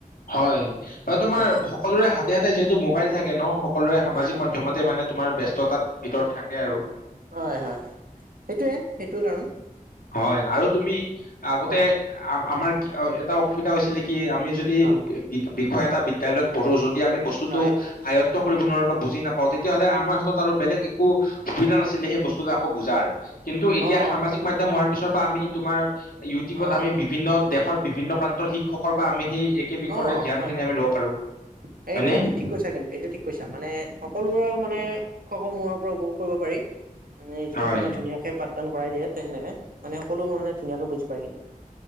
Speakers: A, on the left; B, on the right.
A: হয় হয় তোমাৰ
B: অ
A: সকলোৰে হাতে হাতে যিহেতু মোবাইল থাকে ন' সকলোৰে সামাজিক
B: হয় হয়
A: মাধ্যমত তাতে মানে তোমাৰ ব্যস্ততাৰ ভিতৰত থাকে আৰু।
B: হয়, হয়, সেইটোৱে সেইটো কাৰণ।
A: হয়, আৰু তুমি আগতে
B: হয় হয়
A: আ-আমাৰ কি এটা অসুবিধা হৈছিলে কি আমি যদি
B: অ
A: বিষয় এটা বিদ্যালয়ত পঢ়ো যদি আমি বস্তুটো
B: হয়
A: আয়ত্ব কৰিব নোৱাৰো বা বুজি নাপাওঁ তেতিয়াহ'লে আমাৰ হাতত আৰু বেলেগ একো একো সুবিধা নাছিলে সেই বস্তুতো আকৌ বুজাৰ। কিন্তু এতিয়া
B: অ
A: সামাজিক মাধ্যম হোৱাৰ পিছৰ পৰা আমি তোমাৰ ইউটিউবত
B: অ
A: আমি বিভি বিভিন্ন দেশৰ বিভিন্ন প্ৰান্তৰ শিক্ষকৰ বা আমি সেই একে বিষয়ৰে
B: অ',
A: জ্ঞানখিনি
B: হয়, হয়,
A: আমি ল'ব পাৰো
B: সেইটো
A: হয়নে
B: থি ঠিক কৈছা কিন্তু এইটো ঠিক কৈছা মানে সকলোৰ মানে শিক্ষক সমূহৰ পৰা উপভোগ কৰিব পাৰি। মানে যিহেতু
A: হয়
B: ইমান ধুনীয়াকে পাঠদান কৰাই দিয়ে তে হেনেকে মানে সকলো মানে ধুনীয়াকে বুজি পায় কিন্তু।